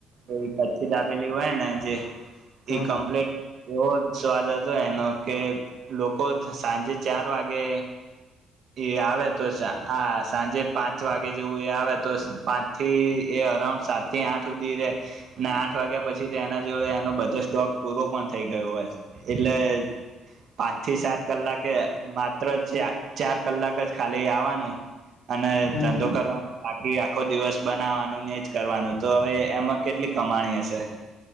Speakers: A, on the right; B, on the left.
A: એ કચ્છી દાબેલી હોય ને જે એ
B: હા
A: કમ્પ્લેટ એવો સ્વાદ હતો એનો કે લોકો સાંજે ચાર વાગે એ આવે તો આ સાંજે પાંચ વાગે જેવું એ આવે તો પાંચ થી એ અરાઉન્ડ સાત થી આઠ સુધી રે અને આઠ વાગ્યા પછી તો એના જોડે એનો બધો સ્ટોક પૂરો પણ થઈ ગયો હોય એટલે પાંચ થી સાત કલાકે માત્ર ચાર કલાક જ ખાલી આવવાનું. અને
B: હમ
A: ધંધો
B: હમ
A: કરવાનો બાકી. આખો દિવસ બનાવવાનું ને જ કરવાનું તો હવે એમાં કેટલી કમાણી હશે.